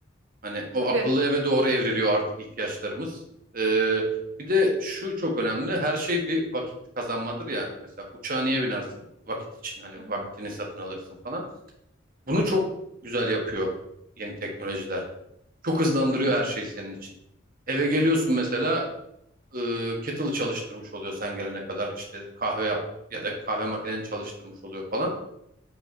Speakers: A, on the right; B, on the right.
A: Hani o
B: Tabii.
A: akıllı eve doğru evriliyor artık ihtiyaçlarımız. Ee, bir de şu çok önemli. Her şey bir vakit kazanmadır ya. Mesela uçağa niye binersin? Vakit için hani
B: Hı hı.
A: vaktini satın alırsın falan. Bunu çok güzel yapıyor yeni teknolojiler. Çok hızlandırıyor
B: Evet.
A: her şeyi senin için. Eve geliyorsun mesela e, kettle'ı çalıştırmış oluyor sen gelene kadar. İşte kahve yap ya da kahve makineni çalıştırmış oluyor falan.